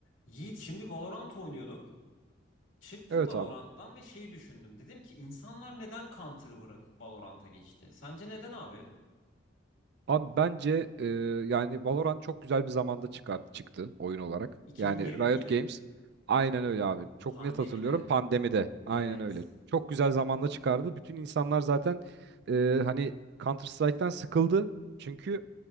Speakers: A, on the left (about 85°); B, on the right (about 60°).
A: Yiğit şimdi Valorant oynuyorduk. Çıktık
B: Evet
A: Valorant'tan
B: abi.
A: ve şeyi düşündüm. Dedim ki insanlar neden Counter'ı bırakıp Valorant'a geçti? Sence neden abi?
B: Abi bence e, yani Valorant çok güzel bir zamanda çıkar, çıktı oyun olarak.
A: 2020
B: Yani Riot
A: miydi?
B: Games aynen öyle abi. Çok
A: Pandemide.
B: net hatırlıyorum pandemide. Aynen
A: Evet.
B: öyle. Çok güzel zamanda çıkardı. Bütün insanlar zaten e, hani Counter Strike'tan sıkıldı. Çünkü